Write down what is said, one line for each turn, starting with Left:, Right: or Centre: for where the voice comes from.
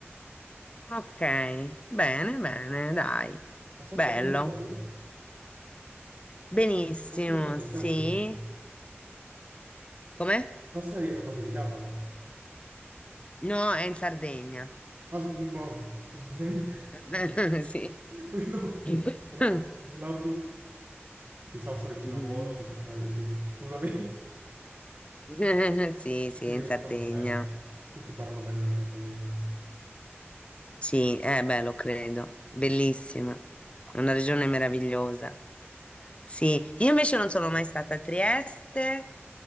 Left: Ok, bene, bene, dai.
Right: A Sassari
Left: Bello.
Right: come ti trovi?
Left: Benissimo,
Right: Sassari è Basilicata,
Left: sì.
Right: giusto?
Left: Com'è?
Right: Sassari è Basilicata.
Left: No, è in Sardegna.
Right: Ah, s- boh, scusami.
Left: <laughs> Sì.
Right: <laughs> No,
Left: Mhm.
Right: sono un lapsus. Sì, Sassari vicino
Left: <laughs>
Right: a Nuoro, vicino a Cagliari, sì. Scusami, <laughs>
Left: Sì, sì,
Right: Eh si vive
Left: in
Right: abbastanza
Left: Sardegna.
Right: bene. Tutti parlano bene la Sardegna.
Left: Sì, eh beh, lo credo. Bellissima. È una regione meravigliosa. Sì, io invece non sono mai stata a Trieste,